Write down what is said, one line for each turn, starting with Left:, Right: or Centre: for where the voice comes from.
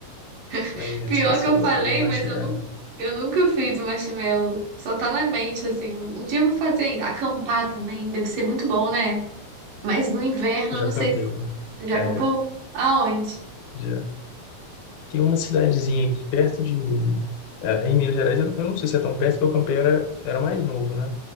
Right: <laughs>
Left: Aí a gente
Right: Pior
Left: esqueceu
Right: que eu
Left: o
Right: falei,
Left: ba- o Marshmallow.
Right: mas eu não, eu nunca fiz o marshmallow. Só tá na mente, assim. Um dia eu vou fazer ainda. Acampar também deve ser muito bom, né? Mas no inverno,
Left: Eu
Right: eu
Left: já
Right: não sei
Left: campei,
Right: se.
Left: né?
Right: Já
Left: É,
Right: acampou? Aonde?
Left: já. Tem uma cidadezinha aqui perto de mim. É, em Minas Gerais, eu não eu não sei se é tão perto, porque o campei era, era mais novo, né?